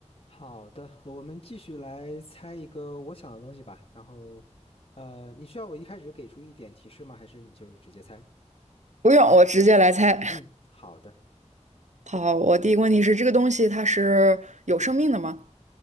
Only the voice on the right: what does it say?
不用，我直接来猜。
好，我第一个问题是，这个东西它是有生命的吗？